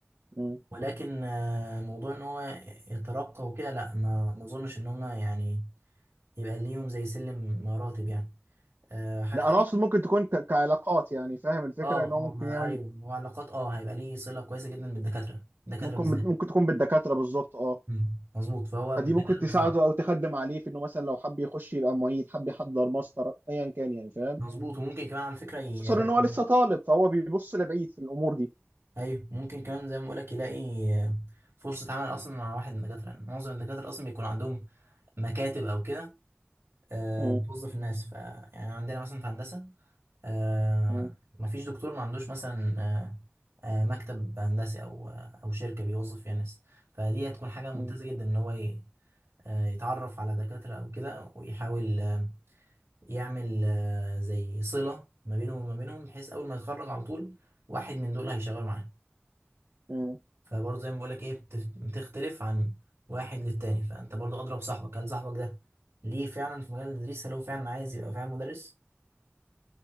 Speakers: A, on the right; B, on the right.
A: م.
B: ولكن آه، موضوع ان هو يترقى وكده لا ما ما اظنش ان هما يعني يبقى ليهم زي سلم مراتب يعني آه، حاجة
A: لا
B: تانية
A: انا اقصد ممكن تكون ك- كعلاقات يعني فاهم الفكره
B: اه
A: ان هو ممكن
B: اه ما
A: يعمل
B: ايوه وعلاقات اه هيبقى ليه صلة كويسة جدا بالدكاترة الدكاترة
A: ممكن
B: بالذات
A: ممكن تكون بالدكاتره بالظبط اه
B: مم، مظبوط فهو
A: فدي
B: من الدكاترة
A: ممكن تساعده
B: بالذات
A: او تخدم عليه في انه مثلا لو حب يخش يبقى معيد حب يحضر ماستر ايا كان يعني فاهم
B: مظبوط وممكن كمان على فكرة يلاقي
A: وخصوصا ان هو لسه طالب فهو بيبص لبعيد في الامور دي
B: أيوه ممكن كمان زي ما بقولك يلاقي فرصة عمل أصلا مع واحد من الدكاترة يعني معظم الدكاترة أصلا بيكون عندهم مكاتب أو كده آه،
A: م-
B: بتوظف الناس ف يعني عندنا مثلا في هندسة آه،
A: م-
B: مفيش دكتور ما عندوش مثلا آه، آه، مكتب هندسي أو آه، أو شركة بيوظف فيها ناس فدي هتكون حاجة ممتازة
A: م-
B: جدا إن هو ي- آه، يتعرف على دكاترة أو كده ويحاول آه، يعمل آه، زي صلة ما بينهم وما بينهم بحيث أول ما يتخرج على طول واحد من دول هيشغله معاه
A: م.
B: فبرضه زي ما بقولك إيه بتف- بتختلف عن واحد للتاني فأنت برضه أضرب صاحبك هل صاحبك ده ليه فعلا في مجال التدريس هل هو فعلا عايز يبقى فعلا مدرس؟